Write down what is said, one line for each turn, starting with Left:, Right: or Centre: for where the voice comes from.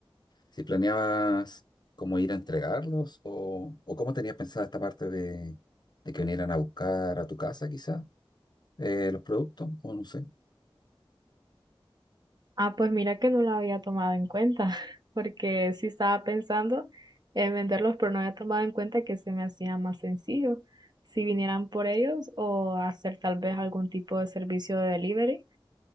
Left: si planeabas cómo ir a entregarlos o, o cómo tenías pensada esta parte de, de que vinieran a buscar a tu casa, quizá, eh, los productos, o no sé.
Right: Ah, pues mira que no la había tomado en cuenta, <laughs> porque sí estaba pensando en venderlos, pero no había tomado en cuenta que se me hacía más sencillo si vinieran por ellos o hacer tal vez algún tipo de servicio de delivery.